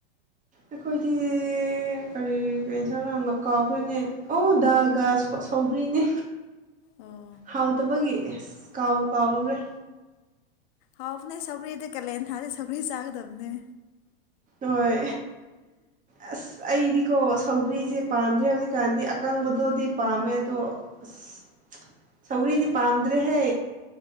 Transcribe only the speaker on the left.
ꯑꯣ
ꯍꯥꯎꯕꯅꯦ ꯁꯧꯒ꯭ꯔꯤꯗ ꯀꯥꯂꯦꯟ ꯊꯥꯗꯗꯤ ꯁꯧꯒ꯭ꯔꯤ ꯆꯥꯒꯗꯕꯅꯦ